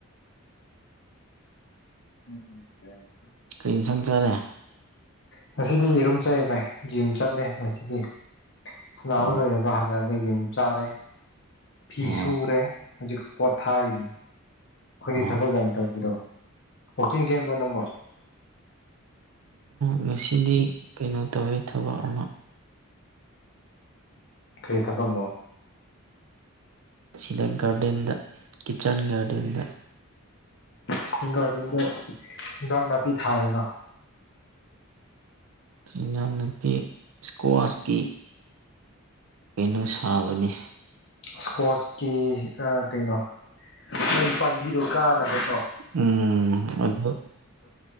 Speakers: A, on the left; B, on the right.
A: ꯐ
B: ꯀꯔꯤ ꯁꯪꯖꯔꯦ
A: ꯉꯁꯤꯗꯤ ꯌꯦꯔꯨꯝ ꯆꯥꯏ ꯚꯥꯏ ꯌꯨꯝ ꯆꯠꯂꯦ ꯉꯁꯤꯗꯤ ꯁꯅꯥꯕ
B: ꯑꯣ
A: ꯂꯣꯏꯔꯒ ꯍꯜꯂꯛꯑꯒ ꯌꯨꯝ ꯆꯥꯔꯦ ꯐꯤ
B: ꯑꯣ
A: ꯁꯨꯔꯦ ꯍꯧꯖꯤꯛ ꯄꯣꯠ ꯊꯥꯔꯤꯅꯤ ꯑꯩꯈꯣꯏꯗꯤ
B: ꯑꯣ
A: ꯊꯕꯛ ꯌꯥꯝ ꯇꯧꯕꯗꯣ ꯋꯥꯛꯀꯤꯡ ꯆꯦꯟꯕ꯭ꯔ ꯅꯪꯕꯣ
B: ꯉꯁꯤꯗꯤ ꯀꯩꯅꯣ ꯇꯧꯋꯦ ꯊꯕꯛ ꯑꯃ
A: ꯀꯔꯤ ꯊꯕꯛꯅꯣ
B: ꯁꯤꯗ ꯒꯥꯔꯗꯦꯟꯗ ꯀꯤꯠꯆꯟ ꯒꯥꯔꯗꯦꯟꯗ
A: ꯁꯁꯤꯡꯒꯔꯗꯗ ꯖꯟꯃꯄꯤ ꯊꯔꯦꯅ
B: ꯏꯤꯟꯖꯥꯡ ꯅꯨꯄꯤ ꯏꯁꯀ꯭ꯋꯥꯁꯀꯤ ꯀꯩꯅꯣ ꯁꯥꯕꯅꯤ
A: ꯏꯁꯀꯣꯁꯀꯤ ꯀꯩꯅꯣ ꯃꯣꯏ ꯄꯥꯝꯕꯤꯗꯣ ꯀꯥꯟꯅꯕꯀꯣ
B: ꯎꯝ ꯑꯗꯨꯗ